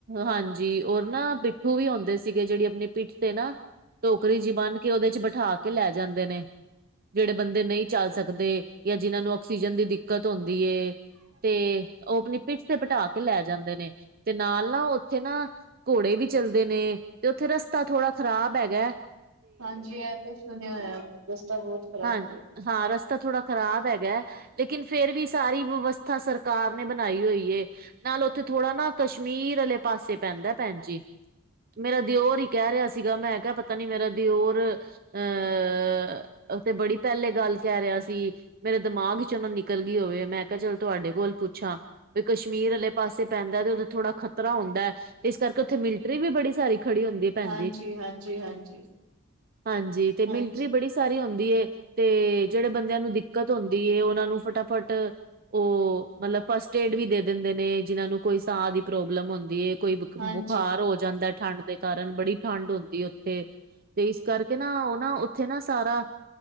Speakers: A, on the right; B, on the right.
A: ਹਾਂਜੀ ਔਰ ਨਾ ਪਿੱਠੂ ਵੀ ਹੂੰਦੇ ਸੀਗੇ, ਜੇਹੜੀ ਅਪਨੀ ਪਿੱਠ ਤੇ ਨਾ ਟੋਕਰੀ ਜਿ ਬੰਨ੍ਹ ਕੇ ਉਹਦੇ ਚ ਬਿਠਾ ਕੇ ਲੈ ਜਾਂਦੇ ਨੇ ਜਿਹੜੇ ਬੰਦੇ ਨਹੀਂ ਚੱਲ ਸਕਦੇ ਯਾ ਜਿਹਨਾਂ ਨੂੰ ਆਕਸੀਜਨ ਦੀ ਦਿੱਕਤ ਹੁੰਦੀ ਤੇ ਉਹ ਅਪਨੀ ਪਿੱਠ ਤੇ ਬਿਠਾ ਕੇ ਲੈ ਜਾਂਦੇ ਨੇ ਤੇ ਨਾਲ ਨਾ ਉੱਥੇ ਨਾ ਘੋੜੇ ਵੀ ਚੱਲਦੇ ਨੇ ਤੇ ਉੱਥੇ ਰਸਤਾ ਥੋੜ੍ਹਾ ਖ਼ਰਾਬ ਹੈਗੇ
B: ਹਾਂਜੀ ਇਹ ਤੇ ਸੁਣਿਆ ਹੋਇਆ ਰਸਤਾ ਬਹੁਤ ਖ਼ਰਾਬ
A: ਹਾਂ
B: ਏ।
A: ਹਾਂ ਰਸਤਾ ਥੋੜ੍ਹਾ ਖ਼ਰਾਬ ਹੈਗੇ ਲੇਕਿਨ ਫੇਰ ਵੀ ਸਾਰੀ ਵਿਵਸਥਾ ਸਰਕਾਰ ਨੇ ਬਨਾਈ ਹੋਈ ਏ ਨਾਲ ਉੱਥੇ ਥੋੜ੍ਹਾ ਨਾ ਕਸ਼ਮੀਰ ਆਲੇ ਪਾਸੇ ਪੈਂਦੇ ਭੈਨ ਜੀ ਮੇਰਾ ਦਿਓਰ ਹੀ ਕਹਿ ਰਿਹਾ ਸੀਗਾ ਮੈਂ ਕਿਹਾ ਪਤਾ ਨੀ ਮੇਰਾ ਦਿਓਰ ਅਹ ਉਥੇ ਬੜੀ ਪਹਿਲੇ ਗੱਲ ਕਹਿ ਰਿਹਾ ਸੀ ਮੇਰੇ ਦਿਮਾਗ ਚ ਉਹਨੂੰ ਨਿਕਲ ਗਈ ਹੋਵੇ ਮੈਂ ਕਿਹਾ ਚੱਲ ਤੁਹਾਡੇ ਕੋਲ ਪੁੱਛਾਂ ਵੀ ਕਸ਼ਮੀਰ ਵਾਲੇ ਪਾਸੇ ਪੈਂਦਾ ਤੇ ਉਥੇ ਥੋੜ੍ਹਾ ਖ਼ਤਰਾ ਹੁੰਦਾ ਹੈ ਤੇ ਇਸ ਕਰਕੇ ਉੱਥੇ ਮਿਲਟਰੀ ਵੀ ਬੜੀ ਸਾਰੀ ਖੜੀ ਹੁੰਦੀ ਹੈ ਭੈਣਜੀ
B: ਹਾਂਜੀ ਹਾਂਜੀ ਹਾਂਜੀ
A: ਹਾਂਜੀ ਤੇ ਮਿਲਟਰੀ
B: ਹਾਂਜੀ ਹਾਂਜੀ
A: ਬੜੀ ਸਾਰੀ ਹੁੰਦੀ ਹੈ ਤੇ ਜਿਹੜੇ ਬੰਦਿਆਂ ਨੂੰ ਦਿੱਕਤ ਹੁੰਦੀ ਏ ਉਹਨਾਂ ਨੂੰ ਫਟਾਫਟ ਉਹ ਮਤਲਬ ਫਸਟ ਏਡ ਵੀ ਦੇ ਦਿੰਦੇ ਨੇ ਜਿਹਨਾਂ ਨੂੰ ਕੋਈ ਸਾਹ ਦੀ ਪ੍ਰੋਬਲਮ ਹੁੰਦੀ ਕੋਈ ਬੁਖਾਰ
B: ਹਾਂਜੀ
A: ਹੋ ਜਾਂਦਾ ਠੰਢ ਦੇ ਕਾਰਨ ਬੜੀ ਠੰਢ ਹੁੰਦੀ ਉੱਥੇ ਤੇ ਇਸ ਕਰਕੇ ਨਾ ਉਹ ਨਾ ਉੱਥੇ ਨਾ ਸਾਰਾ